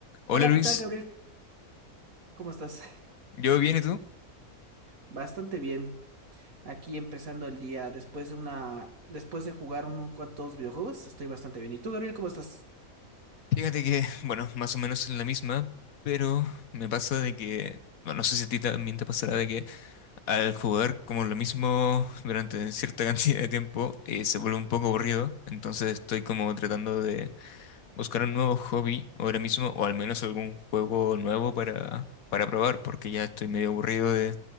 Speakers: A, on the left; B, on the right.
A: Hola
B: Hola,
A: Luis,
B: ¿qué tal, Gabriel? ¿Cómo estás? <laughs>
A: ¿yo bien y tú?
B: Bastante bien. Aquí empezando el día después de una, después de jugar unos cuantos videojuegos, estoy bastante bien. ¿Y tú, Gabriel, cómo estás?
A: Fíjate que, <laughs> bueno, más o menos en la misma, pero me pasa de que, bueno, no sé si a ti también te pasará de que al jugar como lo mismo durante cierta <laughs> cantidad de tiempo eh, se vuelve un poco aburrido, entonces estoy como tratando de buscar un nuevo hobby ahora mismo o al menos algún juego nuevo para, para probar, porque ya estoy medio aburrido de